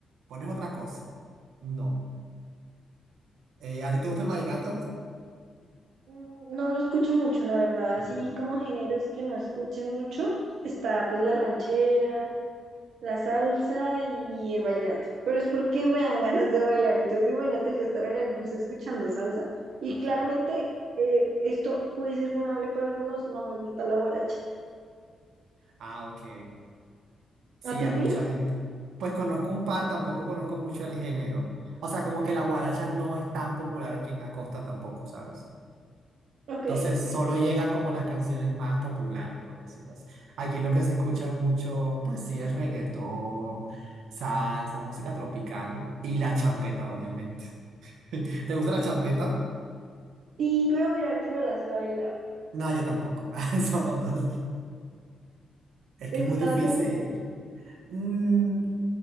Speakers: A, on the right (about 85°); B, on the right (about 70°).
A: Pones otra cosa. No. Eh, ¿a ti te gusta el vallenato?
B: Mm, No lo escucho mucho, la verdad.
A: No,
B: Así como géneros que no escuche mucho, está pues la ranchera, la salsa y el vallenato. Pero es porque me dan <laughs> ganas de bailar. Entonces imagínate yo estar en el bus escuchando salsa y
A: total.
B: claramente eh, esto puede ser vulnerable para algunos. No me gusta la guaracha.
A: Ah, ok. Sí,
B: ¿A ti
A: a mucha
B: sí?
A: gente. Pues conozco un par, tampoco conozco mucho el género. O sea, como que la guaracha no es tan popular aquí en la costa tampoco, ¿sabes?
B: Ok,
A: Entonces
B: ok.
A: solo llegan como las canciones más populares, por decirlo así. Aquí lo que se escucha es mucho, pues sí, el reggaetón, salsa, música tropical y la champeta, obviamente. <laughs> ¿Te gusta la champeta?
B: Sí, pero mira que no la sé bailar.
A: No, yo tampoco. <laughs> Somos dos. Es que
B: ¿Te
A: es
B: gusta
A: muy difícil.
B: la champeta?
A: Mm,